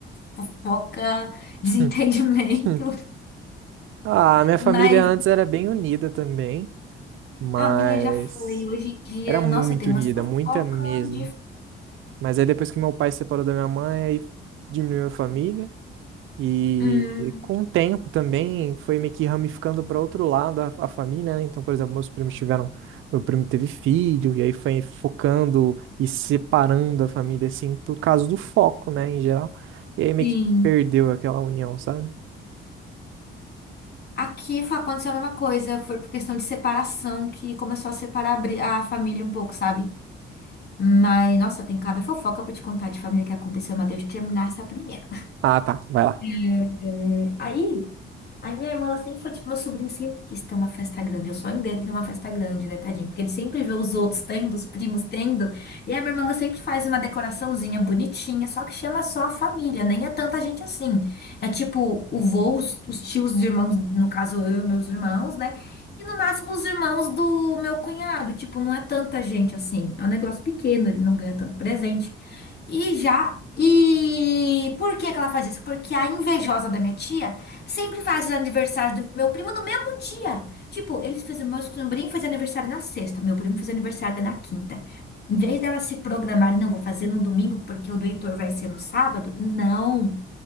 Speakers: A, on the left; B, on the right.
A: fofoca, <laughs>
B: <laughs>
A: desentendimento,
B: Hum, hum. Ah, minha
A: mas
B: família antes era bem unida também, mas
A: a minha já foi. Hoje em dia,
B: era muito
A: nossa, eu tenho
B: unida,
A: uma fofoca
B: muita mesmo.
A: de...
B: Mas aí depois que meu pai se separou da minha mãe, aí diminuiu a família. E
A: Hum,
B: com o tempo também foi meio que ramificando para outro lado a, a família, né? Então, por exemplo, meus primos tiveram, meu primo teve filho, e aí foi focando e separando a família, assim, por causa do foco, né, em geral. E aí meio
A: Sim.
B: que perdeu aquela união, sabe?
A: Aqui foi aconteceu a mesma coisa, foi por questão de separação que começou a separar a bri- a família um pouco, sabe? Mas, nossa, tem cada fofoca pra te contar de família que aconteceu, mas deixa eu terminar essa primeira.
B: Ah, tá, vai lá.
A: É, aí. Aí minha irmã, ela sempre foi tipo, meu sobrinho sempre quis ter uma festa grande. O sonho dele é ter uma festa grande, né, tadinho? Porque ele sempre vê os outros tendo, os primos tendo. E a minha irmã, ela sempre faz uma decoraçãozinha bonitinha, só que chama só a família, nem é tanta gente assim. É tipo o vô, os, os tios, os irmãos, no caso eu e meus irmãos, né? E no máximo os irmãos do meu cunhado. Tipo, não é tanta gente assim. É um negócio pequeno, ele não ganha tanto presente. E já. E por que que ela faz isso? Porque a invejosa da minha tia sempre faz os aniversários do meu primo no mesmo dia. Tipo, eles fizeram, meu sobrinho fez aniversário na sexta, meu primo fez aniversário na quinta. Em vez dela se programar, não, vou fazer no domingo porque o do Heitor vai ser no sábado. Não.